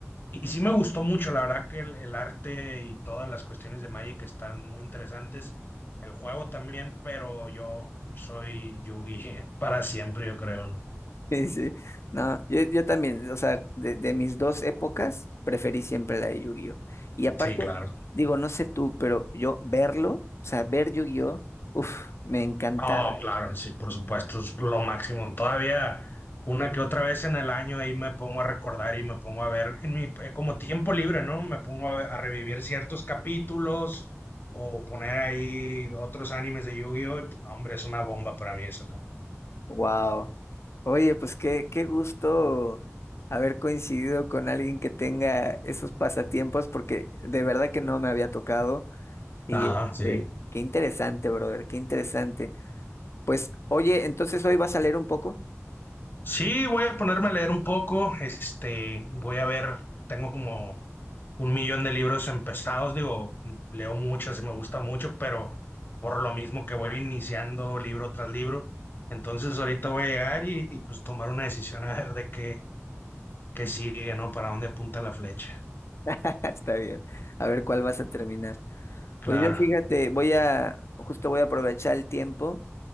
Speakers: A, on the left (about 45°); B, on the left (about 60°).
A: Y sí me gustó mucho, la verdad que el, el arte y todas las cuestiones de Magic están muy interesantes. El juego también, pero yo soy Yugi <laughs> para siempre, yo creo, ¿no?
B: Sí, sí. No, yo, yo también, o sea, de, de mis dos épocas, preferí siempre la de Yu-Gi-Oh! Y aparte,
A: Sí, claro.
B: digo, no sé tú, pero yo verlo, o sea, ver Yu-Gi-Oh! Uf, me encantaba.
A: no claro, sí, por supuesto, es lo máximo. Todavía una que otra vez en el año ahí me pongo a recordar y me pongo a ver en mi eh, como tiempo libre, ¿no? Me pongo a, a revivir ciertos capítulos o poner ahí otros animes de Yu-Gi-Oh! y, hombre, es una bomba para mí eso. ¿no?
B: Wow. Oye, pues qué, qué gusto haber coincidido con alguien que tenga esos pasatiempos, porque de verdad que no me había tocado. Y
A: Ajá,
B: este,
A: sí.
B: qué interesante, brother, qué interesante. Pues, oye, entonces hoy vas a leer un poco.
A: Sí, voy a ponerme a leer un poco. Este, voy a ver, tengo como un millón de libros empezados. Digo, leo mucho, así me gusta mucho, pero por lo mismo que voy iniciando libro tras libro. Entonces ahorita voy a llegar y, y, pues tomar una decisión a ver de qué, qué sigue, ¿no? Para dónde apunta la flecha.
B: <laughs> Está bien. A ver cuál vas a terminar.
A: Claro,
B: Pues yo fíjate, voy a, justo voy a aprovechar el tiempo